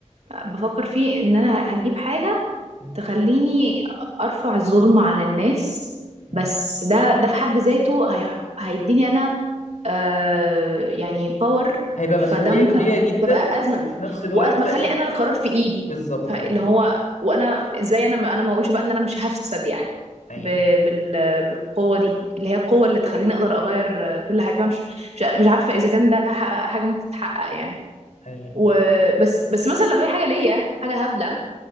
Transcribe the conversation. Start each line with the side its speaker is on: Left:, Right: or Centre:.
Right: بفكر فيه إن أنا هجيب حاجة
Left: مهم.
Right: تخليني ارفع الظلم عن الناس
Left: مهم.
Right: بس ده ده في حد ذاته هي- هيديني انا آه يعني باور
Left: هيبقى
Right: فده
Left: مسؤوليه
Right: ممكن
Left: كبيره جدا
Right: تبقى ازمه
Left: وفي نفس الوقت
Right: وانا بخلي انا القرار في ايدي
Left: بالظبط
Right: فاللي
Left: ايوه
Right: هو وانا ازاي انا ما- انا ما اقولش بقى ان انا مش هفسد يعني
Left: ايوه
Right: ب- بال- بالقوه دي اللي هي القوه اللي تخليني اقدر اغير آه، كل حاجه فمش مش مش عارفه اذا كان ده ح- حاجه ممكن تتحقق يعني
Left: ايوه ايوه
Right: وبس بس مثلا لو هي حاجه ليا حاجه هبله